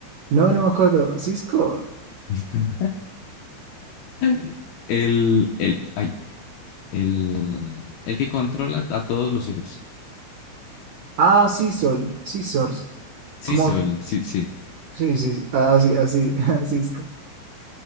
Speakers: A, on the right (about 70°); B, on the left (about 85°).
A: No, no me acuerdo. Cisco.
B: Cisco. <laughs> El, el, ay, el, el que controla a todos los héroes.
A: Ah, sí, Sol. Sí, Source.
B: Sí,
A: ¿Cómo?
B: Sol, sí, sí.
A: Sí, ah, sí, Ah, así, así, <laughs> Cisco.